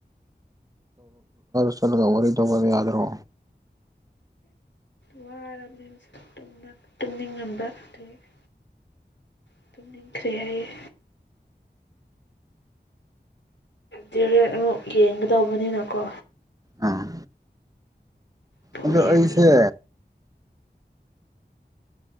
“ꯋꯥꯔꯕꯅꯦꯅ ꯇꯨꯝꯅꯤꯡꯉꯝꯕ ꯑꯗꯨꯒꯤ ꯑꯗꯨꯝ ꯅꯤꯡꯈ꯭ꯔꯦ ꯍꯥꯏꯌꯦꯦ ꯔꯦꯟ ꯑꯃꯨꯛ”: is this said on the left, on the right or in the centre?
Left